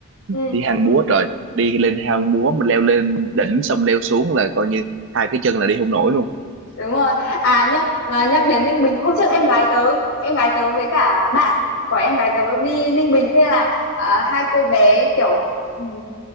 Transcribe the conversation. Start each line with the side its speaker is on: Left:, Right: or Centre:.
Left: Ừ.
Right: đi hang
Left: ừ.
Right: múa rồi đi lên hang múa mình leo lên đỉnh xong leo xuống là coi như hai cái chân là đi không nổi luôn
Left: đúng rồi à nhắc à, nhắc đến Ninh Bình hôm trước em gái tớ em gái tớ với cả bạn của em gái tớ đi Ninh Bình thế là à, hai cô bé kiểu ừm,